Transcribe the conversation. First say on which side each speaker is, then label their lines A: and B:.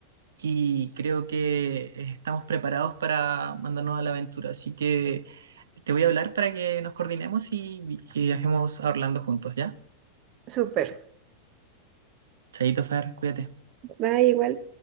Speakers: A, on the right; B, on the right.
A: y creo que estamos preparados para mandarnos a la aventura. Así que te voy a hablar para que nos coordinemos y, y viajemos a Orlando juntos, ¿ya?
B: Súper.
A: Chaito, Fer, cuídate.
B: Va igual.